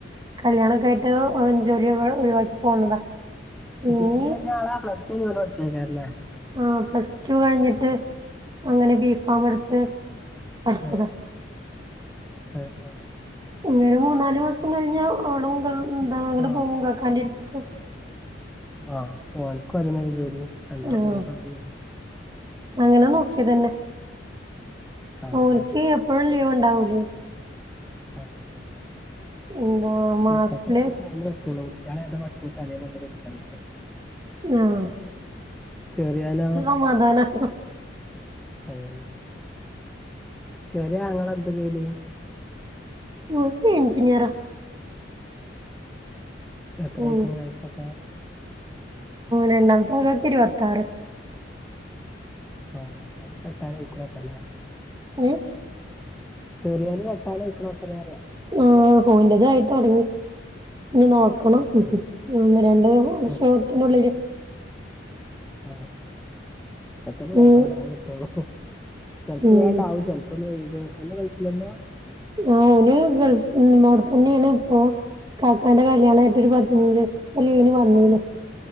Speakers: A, on the right; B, in the centre.
A: കല്യാണൊക്കെ ആയിട്ട് ജോലി ഒഴിവാക്കി പോന്നതാ. ഇനി
B: ഡിഗ്രി കഴിഞ്ഞാള പ്ലസ് ടു ഞങ്ങോ പഠിച്ചേക്കാല്ലേ.
A: ആഹ്പ്ലസ് ടു കഴിഞ്ഞിട്ട് അങ്ങനെ ബീഫാമ് എടുത്ത്... പഠിച്ചതാ
B: ആഹ് ആഹ്ആ. ഹ്
A: ഇനിയൊരു മൂന്നാല് മാസം കഴിഞ്ഞാ ഓളുംപോവും അങ്ങ
B: ആ
A: പോകും കാക്കാൻ്റെട്ത്ത്ക്ക്.
B: ആഹ്, ഓനക്കും അതെന്നെല്ലെ ജോലി, രണ്ടാ <unintelligible>
A: ആ
B: ജോലിയ..
A: അങ്ങനെ നോക്കിയതന്നെ,
B: ആ
A: ഓന്ക്ക്
B: ആ
A: എപ്പോഴും ലീവ് ഉണ്ടാവൂലേ?
B: ആഹ്.
A: എന്താ മാസത്തില്
B: ഇപ്പത്തെ കാലത്ത് അതിനന് പറ്റുള്ളൂ കുട്ടികളെ അത പഠിച്ചിച്ചേ അതേപലെ കട്ടിച്ചാേ പറ്റുള്ളൂ.
A: ആഹ്
B: ചെറിയോനാ?
A: <unintelligible>
B: അതെന്നെ ചെറിയ ആങ്ങള എന്താ ജോലി?
A: ഓന് എ ഞ്ചിനിയറ.
B: അഎത്രായിക്കണും
A: ഉം
B: വയസ്സൊക്കെ?
A: രണ്ടാമത്തെ കാക്കാക് ഇരുപത്താറ്.
B: ആഹ്, രണ്ടാളും കെട്ടാനായികണപോ ലെ?
A: ഏഹ്
B: ചെറിയോനും കെട്ടാനായികണ് അവല്ലേ
A: ആഹ്ഓ ന്റതും ആയിത്തൊടങ്ങി, ഇനി നോ ക്കണം,
B: ഉം ഉം
A: ഒന്ന് രണ്ട് വർഷത്തിന്റെ
B: ഉം
A: ഉള്ളിൽ.
B: ആഹ് ആ, ഇപ്പത്തന്നെ നോക്കണം
A: ഉം
B: ഇന്നാലേ കിട്ടുള്ളൂ, ചെലപ്പോ
A: ഉം
B: വേണ്ടാവും. ച പ്പൊന്ന് വൈകും, ഓനും ഗൾഫിലെന്നെ?
A: ആ, ഹ് ഓന് ഗൾഫ് അവിടെ തന്നെയാണ് ഇപ്പൊ... ഇകാക്കാന്റെ കല്യാണമായിട്ട് ഒരു പതിനഞ്ചീസ് ത്ത ലീവിന് വന്നീനു.